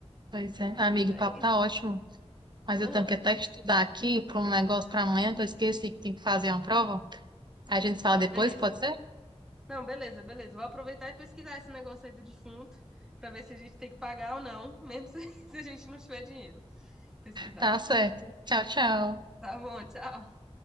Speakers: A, on the right; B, in the centre.
A: Pois é. Amigo,
B: Às vezes é
A: o papo tá
B: isso.
A: ótimo, mas eu
B: Aham.
A: tenho que até estudar aqui para um negócio para amanhã, que eu esqueci que tem que fazer uma prova. A gente se fala
B: Não,
A: depois,
B: beleza.
A: pode ser?
B: Não, beleza, beleza. Vou aproveitar e pesquisar esse negócio aí do defunto pra ver se a gente tem que pagar ou não, mesmo <laughs> se se a gente não tiver dinheiro. Pesquisar.
A: Tá certo. Tchau, tchau.
B: Tá bom, tchau.